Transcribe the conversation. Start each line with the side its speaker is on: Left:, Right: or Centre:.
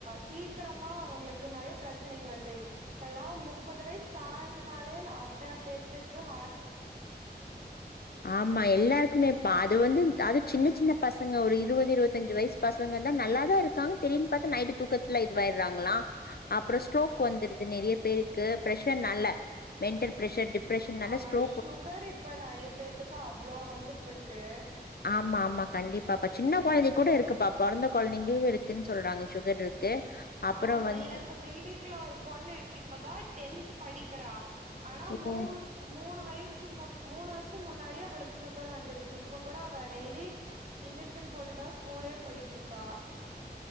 Right: சீ க்கறமா அவுங்களுக்கு நறைய பிரச்சனைங்க வருது இப்பல்லாம் முப்பது வயசு தாண்டனாலே அத்தனை பேத்துக்கு ஹா
Left: ஆமா எல்லாருக்குமேப்பா அது வந்து அது சின்ன சின்ன பசங்க ஒரு இருவது இருவத்திஞ்சு வயசு பசங்க தான் நல்லா ல்லா இருக்காங்க திடின்னு பாத்த நைட்டு தூக்கத்துல இதுவாயறாங்களா அப்புறம் ஸ்ட்ரோக் வந்துருது நெறைய பேருக்கு பிரஷர் நல்ல மென்டல் பிரெஷர் டிப்ரெஷன்னால
Right: ஆமா
Left: ஸ்ட்டோ
Right: சுகர் இப்போ நறைய பேத்துக்கு அவ்ளோ வந்துட்டுருக்கு
Left: ஆமா ஆமா கண்டிப்பாப்பா சின்ன கொழந்தை கூட இருக்குப்பா பொறந்த கொழந்தைங்கும் இருக்குன்னு சொல்றாங்க சுகர் இருக்கு அப்புறோ
Right: ஆமா
Left: வந்து
Right: எங்க பில்டிங்கல ஒரு பொண்ணு இருக்கு இப்பதான் டென்த் படிக்கிறா ஆனா மூணு
Left: ஓ
Right: மூணு வயசு முன் மூணு வருஷ முன்னாடியே அவளுக்கு சுகர் வந்துருச்சு இப்ப கூட அவ டெய்லி இன்ஜெக்ஷன் போட்டுதா ஸ்கூலே போயிட்ருக்கா